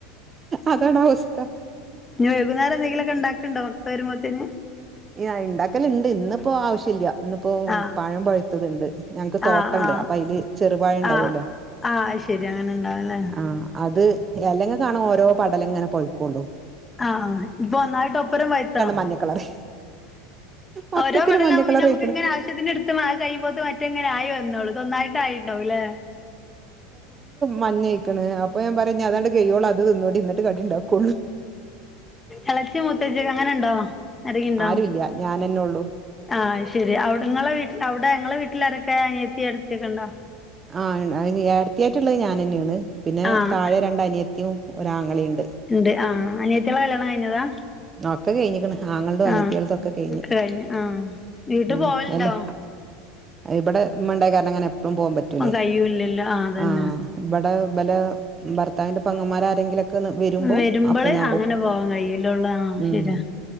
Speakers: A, on the right (about 25°); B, on the left (about 20°).
A: അതാണ് അവസ്ഥ
B: ഇനി വൈകുന്നേം എന്തെങ്കിലൊക്കെ ഉണ്ടാക്കണ്ടോ മക്ക വരുമ്പോത്തേന്
A: ആഹ് ഇണ്ടാക്കലിണ്ട് ഇന്നിപ്പോ ആവശ്യല്ല ഇന്നിപ്പോ
B: ആ
A: പഴം പഴുത്തത് ഇണ്ട് ഞങ്ങക്ക് തോട്ടണ്ട്
B: ആ ആ
A: അപ്പൊ അയില് ചെറുപഴുണ്ടാവല്ലോ
B: ആ ആ ശരി അങ്ങനെ ഉണ്ടാവുംല്ലേ
A: ആഹ് അത് അല്ലെങ്കിൽ കാണും ഓരോ പടല ഇങ്ങനെ പഴുക്കൊള്ളൂ
B: ആഹ് ഇപ്പൊ ഒന്നായിട്ടോപ്പരം പയ്ത്തോ
A: മഞ്ഞക്കളറ് മൊത്തത്തില്
B: ഓരോ പടലാവുമ്പോ
A: മഞ്ഞക്കളർ
B: പിന്നെ നമുക്ക്
A: ആയിക്കണ്
B: ഇങ്ങനെ ആവശ്യ ത്തിന്റെ അടുത്ത് കൈപോത്ത മറ്റെങ്ങനെ ആയി വന്നോളു ഇതൊന്നായിട്ട് ആയിണ്ടാവല്ലേ
A: മഞ്ഞയായിക്കണ് അപ്പ ഞാൻ പറയും അതാണ്ട് കൈയോളൂ അത് തിന്നുടി എന്നിട്ട് കടിണ്ടാക്കോള്ളൂ
B: എളച്ചി മൂത്തച്ചി അങ്ങനെണ്ടോ അരെങ്കിണ്ടോ
A: ആരുല്ല ഞാനെന്നെ ഉള്ളു
B: ആഹ് അത് ശരി നിങ്ങളെ വീട്ടിൽ അവിടെ നിങ്ങളെ വീട്ടിലാരൊക്കെ അനിയത്തി ഏടത്തിക്കെ ഇണ്ടോ
A: ആഹ് അയ്‌നു ഏടത്തിയായിട്ടുള്ളത് ഞാൻന്നെയാണ് പിന്നെ
B: ആഹ്
A: താഴെ രണ്ട് അനിയത്തിയും ഒരാങ്ങളെയുണ്ട്
B: ണ്ട് അഹ് അനയത്തികളെ കല്യാണം കഴിഞ്ഞതാ
A: ഒക്കെ കഴിഞ്ഞിക്കണ് ആങ്ങളടെ അനത്തികളതും
B: ആഹ്
A: ഒക്കെ കഴിഞ്ഞി
B: കഴിഞ്ഞു ആഹ് വീട്ട്
A: ഉം
B: പോവലുണ്ടോ
A: അല്ലെ ഇബടെ ഉമ്മ ഇണ്ടായ കാരണം അങ്ങനെ എപ്പോ പോവാൻ പറ്റൂലേ
B: ഇപ്പം കഴിയൂല്ലല്ലോ അതന്നെ
A: ആഹ് ഇവിടെ ഇവല ഭർത്താവിന്റെ പെങ്ങന്മാർരെങ്കിലുംലൊക്കെ വരുമ്പോ
B: വരുമ്പള്
A: അപ്പൊ ഞാൻ
B: അങ്ങനെ
A: പോവും
B: പോവാൻ കയ്യിലുള്ള ആഹ്
A: ഉം
B: ശരിയാ